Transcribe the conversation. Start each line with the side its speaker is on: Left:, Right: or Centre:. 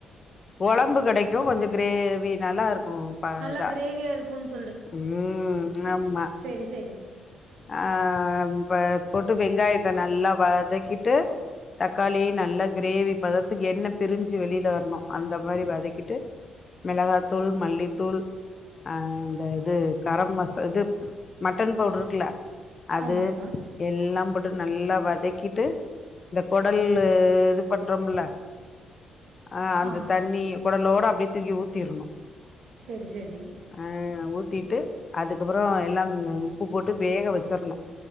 Left: கொழம்பு கெடைக்கு கொஞ்சோ கிரேவி நல்லாருக்கு ம் பா
Right: நல்லா
Left: தா
Right: கிரேவியா இருக்கும்னு
Left: ம் ஆமா
Right: செரி செரி
Left: ஆ ப்ப போட்டு வெங்காயத்தை நல்லா வதக்கிட்டு தக்காளி நல்ல கிரேவி பதத்துக்கு என்ன பிரிஞ்சு வெளியில வரணு அந்த மாரி வதக்கிட்டு மிளகாத்தூள் மல்லித்தூள் அ இந்த இது கரம் மச இது மட்டன் பவுடர் இருக்குல்ல அது
Right: ஆமாமா.
Left: எல்லாம் போட்டு நல்லா வதக்கிட்டு இந்த கொடல் இது பண்றோமுல்ல ஆ அந்த
Right: ஆம்.
Left: தண்ணி கொடலோட அப்டியே தூக்கி ஊத்திரணு
Right: செரி செரி
Left: அ ஊத்திட்டு அதுக்கப்புறோ எல்லாம் உப்பு போட்டு வேக வெச்சிர்ணு